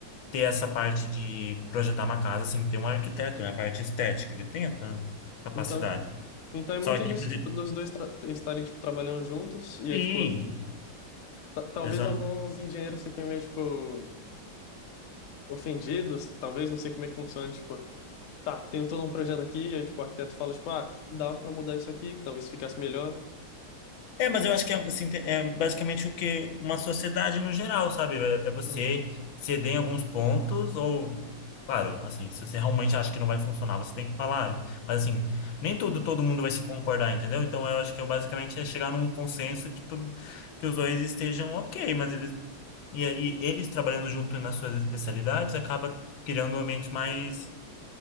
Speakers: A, on the left (about 90°); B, on the left (about 55°).
A: ter essa parte de projetar uma casa sem ter um arquiteto, né? A parte estética, ele tem essa capacidade.
B: Então, então é muito
A: Só que,
B: disso,
A: por exemplo,
B: tipo, dos dois tra- estarem, tipo, trabalhando juntos, e é,
A: sim,
B: tipo, Ta- Talvez
A: exato.
B: alguns engenheiros fiquem meio, tipo, ofendidos, talvez, não sei como é que funciona, tipo, tá, tenho todo um projeto aqui, e aí, tipo, o arquiteto fala, tipo, ah, dava pra mudar isso aqui, que talvez ficasse melhor.
A: É, mas eu acho que é, assim, te- é basicamente o que uma sociedade no geral, sabe? É, é você
B: Uhum,
A: ceder em alguns pontos ou. Claro, assim, se você realmente acha que não vai funcionar, você tem que falar. Mas, assim, nem tudo, todo mundo vai se concordar, entendeu? Então, eu acho que eu basicamente é chegar num consenso que, tu, que os dois estejam ok, mas eles E aí, eles trabalhando junto nas suas especialidades, acaba criando um ambiente mais